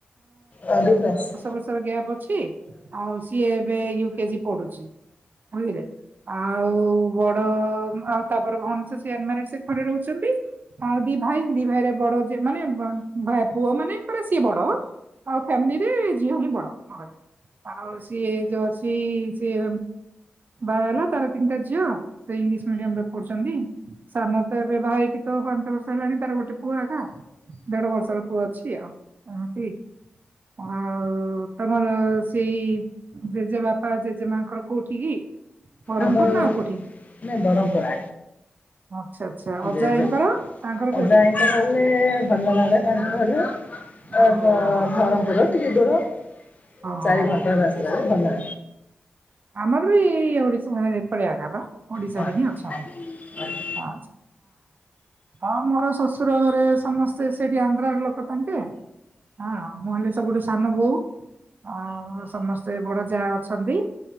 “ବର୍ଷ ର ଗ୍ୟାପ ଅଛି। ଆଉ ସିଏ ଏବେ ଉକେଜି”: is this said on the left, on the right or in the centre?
Right